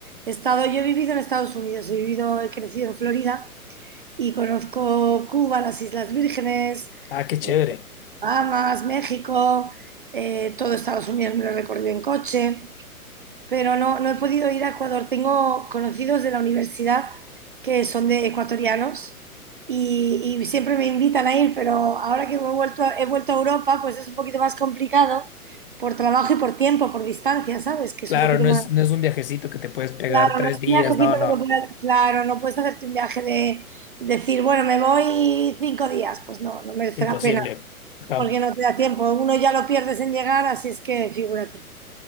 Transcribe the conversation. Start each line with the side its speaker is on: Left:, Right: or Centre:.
Right: He estado, yo he vivido en Estados Unidos, he vivido, he crecido en Florida y conozco Cuba, las Islas Vírgenes,
Left: ah, qué chévere.
Right: eh, Bahamas, México, eh, todo Estados Unidos me lo he recorrido en coche pero no, no he podido ir a Ecuador. Tengo conocidos de la universidad que son de ecuatorianos y, y siempre me invitan a ir, pero ahora que me he vuelto a, he vuelto a Europa, pues es un poquito más complicado por trabajo y por tiempo, por distancia, ¿sabes? Que
Left: Claro,
Right: es un poquito
Left: no
Right: más...
Left: es, no es un viajecito que te puedes pegar
Right: Claro,
Left: tres
Right: no es
Left: días,
Right: un viajecito
Left: no, no,
Right: de comprar- Claro, no puedes hacerte un viaje de decir, bueno, me voy cinco días. Pues no, no merece
Left: imposible.
Right: la pena,
Left: Ah,
Right: porque no te da tiempo. Uno ya lo pierdes en llegar, así es que figúrate.